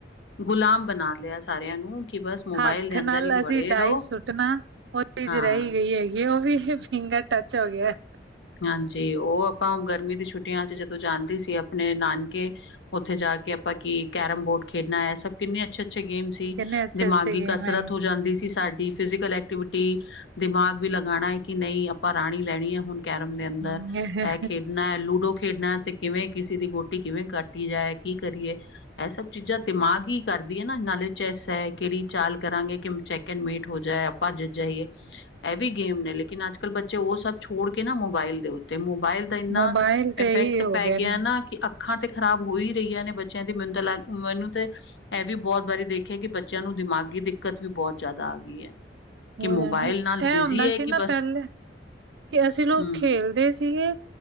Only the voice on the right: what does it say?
ਹੱਥ
ਨਾਲ
ਅਸੀਂ
ਡਾਈ
ਸੁੱਟਣਾ ਓ ਚੀਜ਼
ਰੈ ਈ ਗਈ ਹੈਗੀ ਓ ਵੀ ਫਿੰਗਰ ਟੱਚ ਹੋ ਗਿਆ।
ਕਿੰਨੇ ਅੱਛੇ
ਅੱਛੇ ਗੇਮ
ਹੈਗੇ
ਹੂੰ
ਮੋਬਾਇਲ ਤੇ
ਹੀ ਹੋ
ਗਏ
ਨੇ
ਹੋ
ਜਾਂਦੀ ਇਹ
ਹੁੰਦਾ
ਸੀ
ਨਾ
ਪਹਿਲੇ ਕਿ ਅਸੀਂ ਲੋਕ
ਖੇਲਦੇ ਸੀਗੇ